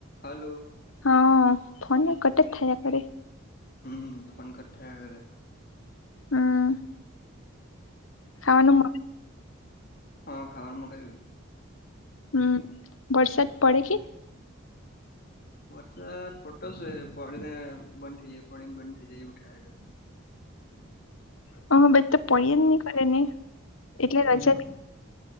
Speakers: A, on the left; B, on the left.
A: હ હલો.
B: હા ફોન એક કટા થયા કર.
A: હ ફોન કટ થયા કરે.
B: હમ, ખાવાનું
A: હ ખાવાનું મંગાવ્યું.
B: હમ, વરસાદ પડે કે?
A: વરસાદ પડતો છે પડીને બંધ થઈ જાય પડીને બંધ થઇ જાય એવું થયા કરે.
B: હા, મ તો પડી જ <unintelligible> ને એટલે
A: હમ
B: રજા